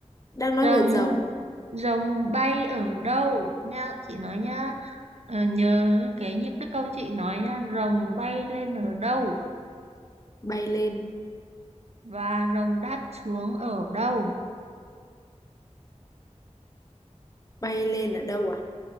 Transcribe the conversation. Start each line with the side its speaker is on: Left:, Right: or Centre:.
Left: đang nói
Right: rồng
Left: về rồng
Right: rồng bay ở đâu nhá chị nói nhá ờ, nhớ cái những cái câu chị nói nhá rồng bay lên ở đâu
Left: bay lên
Right: và rồng đáp xuống ở đâu
Left: bay lên ở đâu à